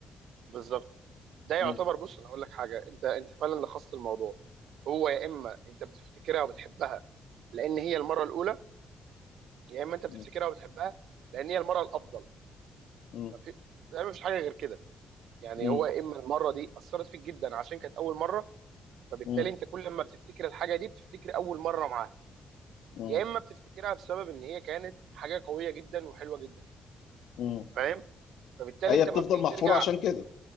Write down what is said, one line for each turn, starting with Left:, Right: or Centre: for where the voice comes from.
Right: بالظبط ده يعتبر
Left: مم.
Right: بص انا اقول لك حاجه انت انت فعلا لخصت الموضوع هو يا اما انت بتفتكرها وبتحبها لان هي المره الاولى يا اما انت بتفتكرها
Left: مم.
Right: وبتحبها لان هي المره الافضل
Left: مم.
Right: ما في يعني مفيش حاجه غير كده يعني
Left: مم.
Right: هو يا اما المره دي اثرت فيك جدا عشان كانت اول مره فبالتالي
Left: مم.
Right: انت كل ما بتفتكر الحاجه دي بتفتكر اول مره معاها
Left: مم.
Right: يا اما بتفتكرها بسبب ان هي كانت حاجه قويه جدا وحلوه جدا
Left: مم.
Right: فاهم فبالتالي
Left: فهي
Right: انت
Left: بتفضل
Right: لما بتيجي
Left: محفوره
Right: ترجع
Left: عشان كده